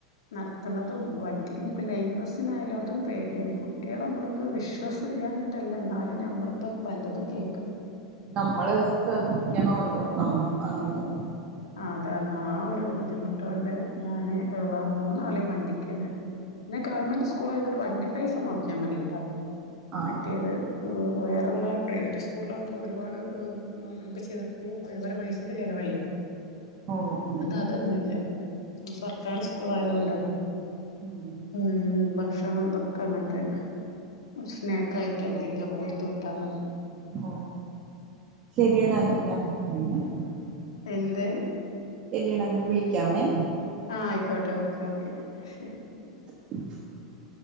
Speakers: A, on the left (about 80°); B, on the right (about 40°).
A: നടത്തുണതും വണ്ടിക്കിഞ്ഞിപ്പോ ലൈൻ ബസ് പിന്നായാലും അതും പേടിയാണ് കു കുട്ടികളെ നമ്മൾക്ക് വിശ്വാസമില്ലാ ട്ടില്ല എന്നാ നമ്മളിപ്പോ പലതും കേ
B: നമ്മള് ശ്രദ്ധിക്കണോല്ലോ അം അങ്ങനെ അങ്ങനെ
A: ആ അതാണ് ആ ഒരു ബുദ്ധിമുട്ട് കൊണ്ട് ഞാൻ വ മൂന്നാളി വണ്ടി പിന്നെ ഗവൺമെന്റ് സ് സ്കൂൾ ആയതൊണ്ട് വണ്ടി പൈസ നോക്കിയാ മതിട്ടോ
B: ആണോ
A: മറ്റേത് വേറെ അള്ളെ പ്രൈവറ്റ് സ്കൂളിലാകുമ്പോൾ ഒരുപാട് നമുക്ക് ചേർത്തി ഒരുപാട് പൈസക്ക് ചിലവല്ലേ
B: ഓ ഉം
A: ഇത് അതൊന്നും ഇല്ല സർക്കാർ സ്കൂൾ ആയതുകൊണ്ട്
B: ഉം
A: ഉം ഭക്ഷണതൊ ഒക്കെ അങ്ങനെ തന്നെ സ്നാക്ക് ആയിട്ട് എന്തെങ്കിലുമൊക്കെ കൊടുത്ത് വിട്ടാ മതി
B: ഓ ശരിയടാ
A: ഉം
B: എങ്കി <unintelligible>
A: എന്ത്
B: ശരിയടാ എങ്കി വിളിക്കാമേ
A: ആഹ ആയിക്കോട്ടെ ഓക്കെ ഓക്കെ ശരി
B: <inaudible>